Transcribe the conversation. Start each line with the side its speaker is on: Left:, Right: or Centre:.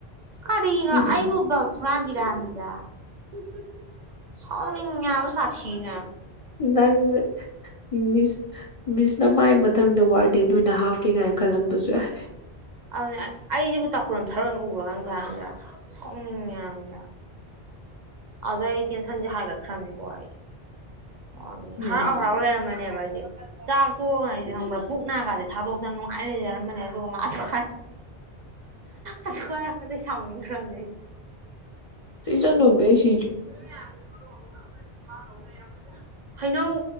Right: ꯀꯔꯤꯅꯣ
Left: ꯎꯝ ꯎꯝ
Right: ꯑꯩꯕꯨ ꯕꯥꯜꯄ ꯍꯨꯔꯥꯟ ꯕꯤꯔꯥ ꯍꯥꯏꯕꯅꯤꯗ ꯫ <unintelligible> ꯍꯥꯏꯕꯥ ꯁꯥꯊꯤ ꯅꯥ
Left: ꯅꯪ ꯖꯦ ꯃꯤꯁ ꯃꯤꯁꯅ ꯃꯥꯏ ꯃꯊꯪꯗ ꯋꯥꯠ ꯗꯦꯟ ꯑꯣꯏꯅꯥ ꯍꯥꯞ ꯀꯦ ꯀꯥꯏ ꯀꯂꯝꯕꯨꯁꯨ ꯌꯥꯏ꯫
Right: ꯑꯗꯨꯅꯤ ꯑꯩꯖꯤꯕꯨ ꯇꯀꯨ ꯔꯝꯊꯥꯔꯅ ꯑꯣꯏꯅꯥ ꯎꯕ꯭ꯔ ꯈꯪꯗꯦ ꯍꯥꯏꯕꯥꯅꯤꯗ ꯁꯥꯎꯅꯤꯡꯉꯦ ꯍꯥꯏꯕꯅꯤꯗ ꯑꯗꯨꯗꯩꯩ ꯑꯩ ꯇꯦꯟꯁꯟꯁꯦ ꯍꯥꯏꯒꯠꯈ꯭ꯔꯝꯅꯤꯀꯣ ꯑꯩ ꯑꯣ
Left: ꯎꯝ
Right: ꯍꯔꯥꯎ ꯍꯔꯥꯎ ꯂꯩꯔꯝꯃ ꯅꯦꯕ ꯑꯩ ꯆꯥꯛ ꯊꯣꯛꯑꯒ ꯑꯩꯖꯦ ꯈꯪꯕ꯭ꯔꯥ ꯄꯨꯛ ꯅꯥꯒꯥꯖꯦ ꯊꯥꯗꯣꯛꯇꯅ ꯅꯨꯡꯉꯥꯏ ꯂꯩꯖꯔꯝꯕꯅꯦ ꯑꯗꯨꯒ ꯃꯗꯣ ꯑꯗꯨ ꯍꯥꯏꯔꯛꯄꯗꯩꯩ ꯁꯥꯎꯅꯤꯡ ꯈ꯭ꯔꯝꯅꯦ ꯑꯩ
Left: ꯆꯦ ꯏꯆꯟ ꯇꯣꯝꯕꯤ ꯑꯩꯁ
Right: <unintelligible> ꯍꯩꯅꯧ